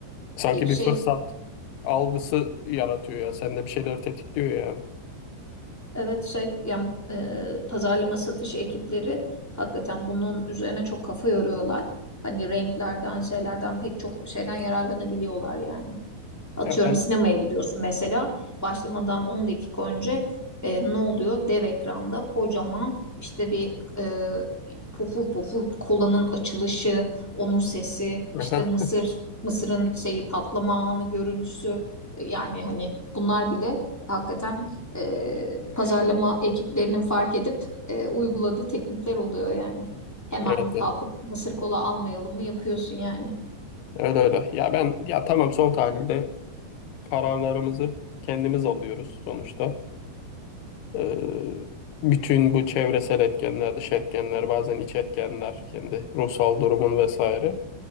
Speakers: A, on the left; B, in the centre.
A: Sanki
B: E, şey
A: bir fırsat algısı yaratıyor ya. Sende bir şeyler tetikliyor yani.
B: evet şey yani e, pazarlama satış ekipleri hakikaten bunun üzerine çok kafa yoruyorlar. Hani renklerden, şeylerden pek çok şeyden yararlanabiliyorlar yani. Atıyorum
A: Ya ben
B: sinemaya gidiyorsun mesela. Başlamadan 10 dakika önce e, ne oluyor? Dev ekranda kocaman işte bir e, pofur pofur kolanın açılışı, onun sesi,
A: <laughs>
B: işte mısır mısırın şeyi patlama anı görüntüsü. E, Yani hani bunlar bile hakikaten e, pazarlama ekiplerinin fark edip e, uyguladığı teknikler oluyor yani. Hemen
A: evet,
B: bir
A: evet.
B: kalkıp mısır kola almayalım mı yapıyorsun yani.
A: Öyle öyle. Ya ben ya tamam son tahlilde kararlarımızı kendimiz alıyoruz sonuçta. Ee, bütün bu çevresel etkenler, dış etkenler, bazen iç etkenler, kendi ruhsal durumun vesaire.